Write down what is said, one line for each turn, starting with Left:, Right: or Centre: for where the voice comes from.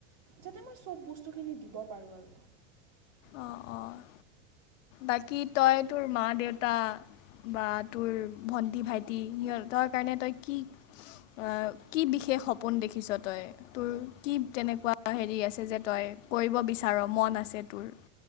Right: যাতে মই চব বস্তুখিনি দিব পাৰোঁ আৰু।
Left: অ' অ' বাকী তই তোৰ মা দেউতা। বা তোৰ ভন্টি, ভাইটি সিহঁতৰ কাৰণে তই কি আ কি বিশেষ সপোন দেখিছ তই? তোৰ কি তেনেকুৱা হেৰি আছে যে, তই কৰিব বিচাৰ মন আছে তোৰ?